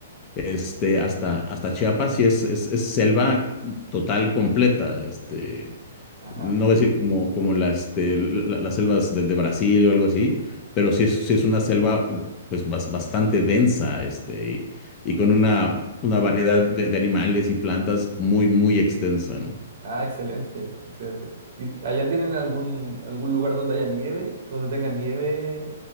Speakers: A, on the left (about 25°); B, on the right (about 50°).
A: este, hasta, hasta Chiapas y es, es, es selva total, completa, este,
B: Ajá.
A: no voy a decir como, como la, este, la- las selvas de, de Brasil o algo así, pero sí es, sí es una selva pues bas- bastante densa, este, y, y con una, una variedad de, de animales y plantas muy, muy extensa, ¿no?
B: Ah, excelente, excelente. ¿Y allá tienen algún, algún lugar donde haya nieve, donde tengan nieve